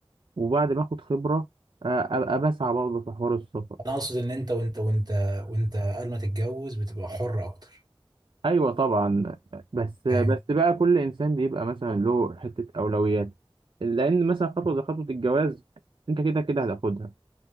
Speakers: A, on the right (about 65°); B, on the right (about 45°).
A: وبعد ما اخد خبره آه، ابقى بسعى برضه في حوار السفر
B: انا اقصد ان انت وانت وانت وانت قبل ما تتجوز بتبقى حر اكتر
A: ايوه طبعا بس بس
B: فاهم
A: بقى كل انسان بيبقى مثلا له حته اولويات لان مثلا خطوه زي خطوه الجواز انت كده كده هتاخدها